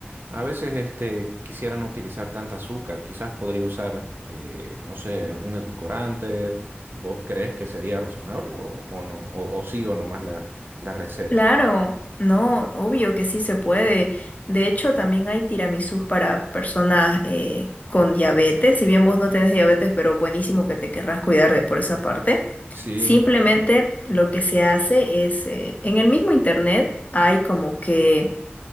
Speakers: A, on the right; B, on the left.
A: A veces este, quisiera no utilizar tanta azúcar, quizás podría usar, eh, no sé, algún edulcorante. T- ¿Vos crees que sería razonable o, o no? ¿O, o sigo nomás la, la receta?
B: Claro, no, obvio que sí se puede. De hecho, también hay tiramisús para personas eh, con diabetes. Si bien vos no tenés diabetes, pero buenísimo que te querrás cuidar de por esa parte.
A: Sí,
B: Simplemente lo que se hace es, eh, en el mismo internet hay como que